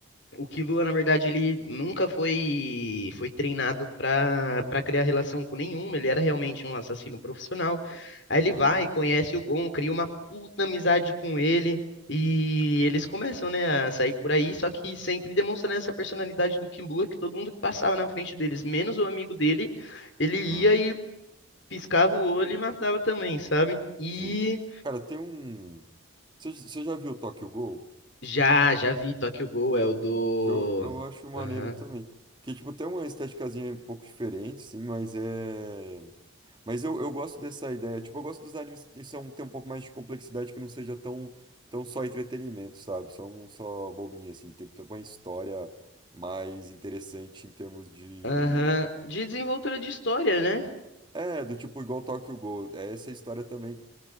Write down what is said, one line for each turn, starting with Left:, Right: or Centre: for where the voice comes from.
Left: o Killua, na verdade, ele nunca foi foi treinado para para criar relação com nenhuma, ele era realmente um assassino profissional. Aí ele
Right: Aham,
Left: vai, conhece o Gon, cria uma puta amizade com ele e eles começam, né, a sair por aí, só que sempre demonstrando essa personalidade do Killua, que todo mundo que passava na frente deles, menos o amigo dele, ele ia
Right: aham.
Left: e piscava o olho e matava também, sabe? E
Right: Sim. Cara, tem um. Você você já viu o Tokyo Ghoul?
Left: já já vi Tokyo Ghoul é o do
Right: Que eu, eu acho maneiro
Left: Aham.
Right: também. Que, tipo, tem uma esteticazinha um pouco diferente, sim, mas é. Mas eu, eu gosto dessa ideia. Tipo, eu gosto dos animes que são, tem um pouco mais de complexidade, que não seja tão, tão só entretenimento, sabe? Só um só bobinho, assim. Tem, tem uma história mais interessante em termos de.
Left: Aham, De desenvoltura de história, né?
Right: É, do tipo, igual Tokyo Ghoul. É essa história também